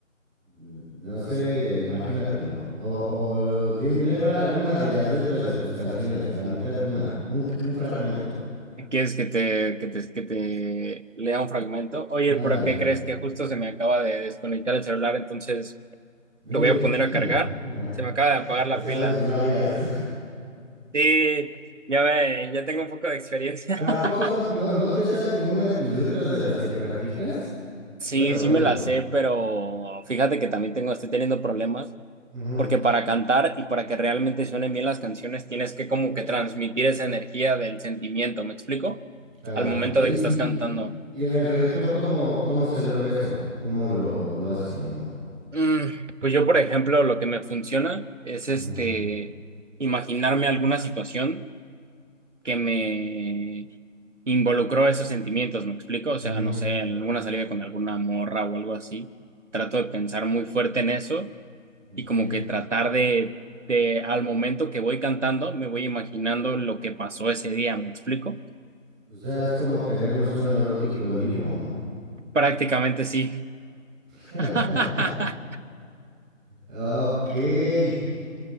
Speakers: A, in the centre; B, on the right.
A: no sé, imagínatelo. O, o dim- léeme alguna de las letras de tus canciones, la mitad de una, un, un fragmento.
B: ¿Quieres que te, que te, que te lea un fragmento? Oye,
A: Ándale.
B: pero ¿qué crees que justo se me acaba de desconectar el celular? Entonces
A: Sí.
B: lo voy a
A: <laughs>
B: poner a cargar. Se me acaba de apagar
A: Te
B: la
A: sabes
B: pila.
A: varias. <laughs>
B: Sí, ya ve, ya tengo un poco de experiencia.
A: ¿Pero ¿A
B: <laughs>
A: poco no, no, no te sabes ninguna de tus letras de las que practicas?
B: Sí,
A: Bueno, digo,
B: sí me la sé, pero fíjate que también tengo, estoy teniendo problemas,
A: ujú,
B: porque para cantar y para que realmente suenen bien las canciones tienes que como que transmitir esa energía del sentimiento, ¿me explico?
A: claro.
B: Al momento
A: Y,
B: de
A: y-
B: que estás cantando.
A: y- y en el reggaetón, ¿cómo, cómo se logra eso? ¿O cómo lo, lo hace uno?
B: Mm, pues yo, por ejemplo, lo que me funciona es
A: Ujú,
B: este imaginarme alguna situación que me involucró esos sentimientos, ¿me explico? O
A: ujú,
B: sea, no sé, alguna salida con alguna morra o algo así. Trato de pensar muy fuerte en eso
A: ok.
B: y como que tratar de, de al momento que voy cantando, me voy imaginando lo que pasó ese día, ¿me explico?
A: O sea, es como tener un sueño erótico en vivo, ¿no?
B: Prácticamente sí.
A: <laughs>
B: <laughs>
A: ok. O